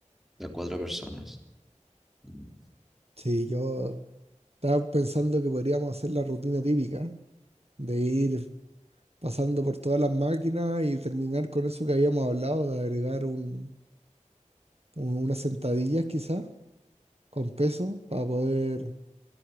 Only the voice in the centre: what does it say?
de a cuatro personas. Mm,